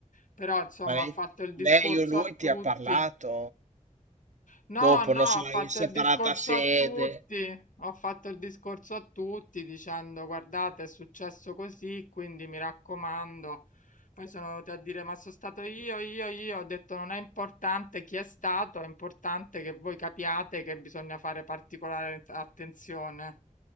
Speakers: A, on the left; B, on the right.
A: Però insomma
B: Ma lei,
A: ho fatto il discorso
B: lei o lui
A: a tutti.
B: ti ha parlato?
A: No,
B: Dopo,
A: no,
B: non so,
A: ho fatto
B: in
A: il
B: separata
A: discorso
B: sede.
A: a tutti, ho fatto il discorso a tutti dicendo guardate è successo così, quindi mi raccomando. Poi sono venuti a dire ma sono stato io, io, io, ho detto non è importante chi è stato, è importante che voi capiate che bisogna fare particolare attenzione.